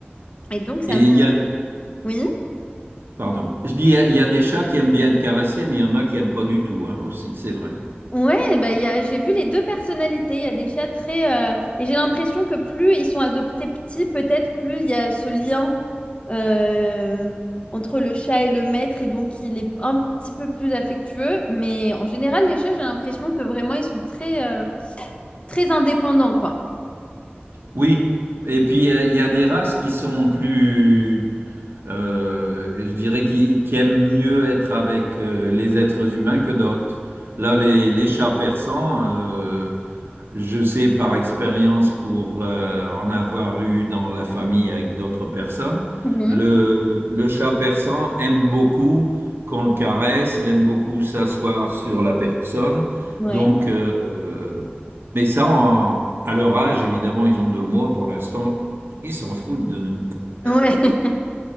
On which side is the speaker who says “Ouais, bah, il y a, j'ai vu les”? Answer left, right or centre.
Left